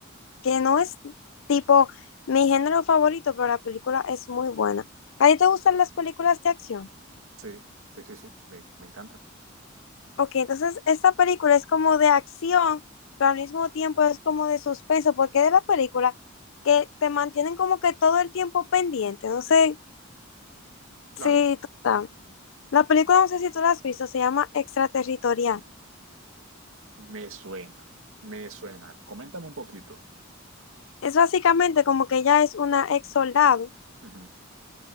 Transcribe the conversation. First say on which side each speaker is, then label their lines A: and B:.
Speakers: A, on the left; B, on the right.
A: que no es tipo mi género favorito, pero la película es muy buena. ¿A ti te gustan las películas de acción?
B: sí, sí, sí, sí, me, me encanta.
A: Ok, entonces esta película es como de acción, pero al mismo tiempo es como de suspenso, porque es de la película que te mantienen como que todo el tiempo pendiente. No sé
B: Claro,
A: si tú sabes. La película, no sé si tú la has visto, se llama Extraterritorial.
B: me suena, me suena. Coméntame un poquito.
A: Es básicamente como que ella es una ex soldado
B: Ujú,